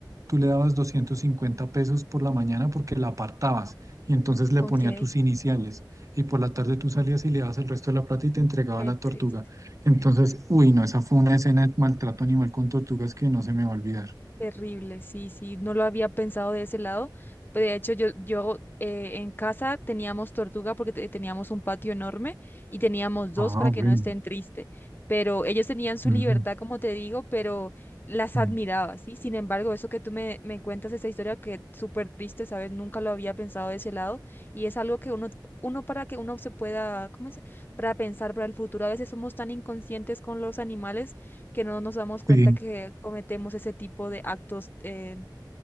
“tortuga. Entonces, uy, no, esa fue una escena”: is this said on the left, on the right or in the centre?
Right